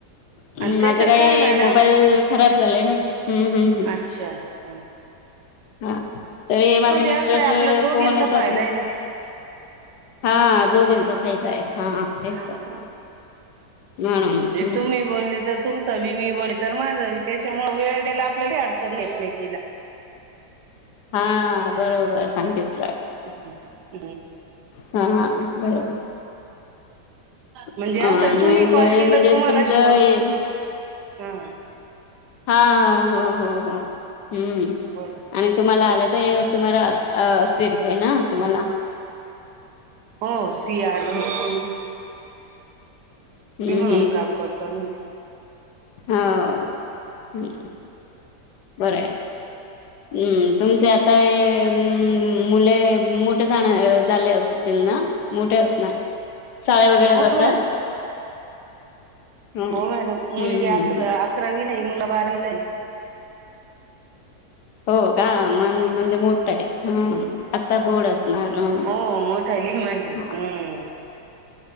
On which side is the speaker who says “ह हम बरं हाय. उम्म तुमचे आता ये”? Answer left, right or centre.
Left